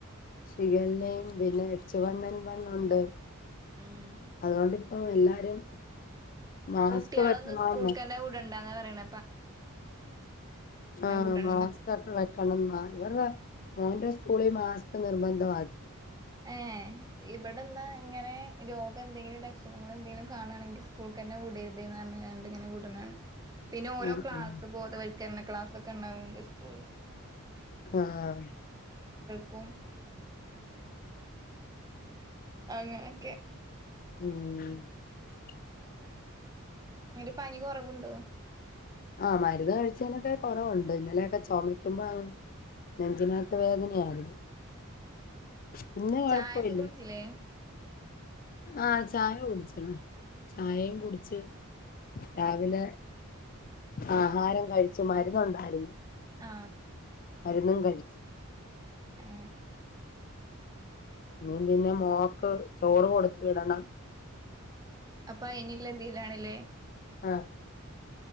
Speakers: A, on the left (about 40°); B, on the right (about 20°).
A: ഷിഗല്ല യും പിന്നെ എച്ചുവണ്ണൻ എൻ വണ്ണുണ്ട്
B: ഉം
A: അതൊണ്ട് ഓ എല്ലാരും മാസ്ക്
B: കുട്ടികളൊന്നും
A: വെക്കണോന്ന്
B: സ്കൂൾക്ക് ന്നെ വിടണ്ടാന്ന പറയണ
A: ആഹ
B: വിടണ്ട
A: മാ സ്ക്വെക്ക വെക്കണന്നാ മോൻ്റെ സ്ക്കൂളിൽ മാസ്ക് നിർബന്ധമാക്കി
B: ഏഹ ഇവിടെന്ന് ഇങ്ങനെ രോഗം എന്തെങ്കിലും ലക്ഷണങ്ങൾ എന്തെങ്കിലും കാണുകയാണെങ്കിൽ സ്കൂൾക്ക് തന്നെ വിടരുത്ന്ന് പറഞ്ഞണ്ട്ിങ്ങനെ വിൂടുന്നാണ് പിന്നെ ഓരോ
A: ആഹ്
B: ക്ലാസ്
A: ആഹ്
B: ബോധവൽക്കരണ ക്ലാസ് ഒക്കെ ഉണ്ടാവണ്ട് സ്കൂളില്.
A: ആഹ
B: കും അങ്ങനൊക്കെ.
A: ഉം
B: അന്റെ പനി കൊറവുണ്ടോ?
A: ആഹ് മരുന്ന് കഴിച്ചനൊക്കെ കുറവുണ്ട് ഇന്നലെയൊക്കെ ചുമക്കുമ്പോ അങ്ങ്.. നെഞ്ച് നകത്ത് വേദനയായിരുന്നു പിന്നെകുഴപ്പമില്ല.
B: ചായൊക്കെ കുടിച്ചില്ലേ
A: ആഹ ചായ കുടിച്ച് ണ്ണ്ചായയും കുടിച്ച് രാവിലെ. ആഹാരം കഴിച്ചു മരുന്നു ഉണ്ടായിരുന്നു.
B: ആ
A: മരുന്നും കഴിച്ചു.
B: ഏ
A: ഇ പിന്നെ മോക്ക് ചോറ് കൊടുത്തു വിടണം.
B: അപ്പ ഇനില്ല തീരാണല്ലേ.
A: ആഹ്